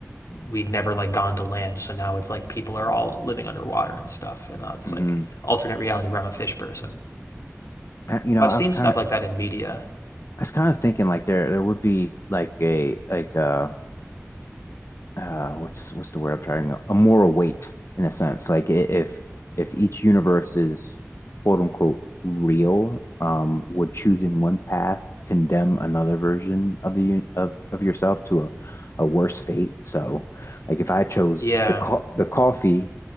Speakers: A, on the left (about 85°); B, on the left (about 60°).
A: we'd never like gone to land. So now it's like people are all living underwater and stuff. And uh, it's
B: hmm
A: like alternate reality where I'm a fish person.
B: I, you know,
A: So I've
B: I
A: seen
B: was kind
A: stuff
B: of,
A: like that in media.
B: I was kind of thinking like there, there would be like a like um uh what's what's the word I'm trying a moral weight in a sense like i- if if each universe is quote unquote real um would choosing one path condemn another version of the un of of yourself to a a worse fate so like if I chose
A: Yeah.
B: the co the coffee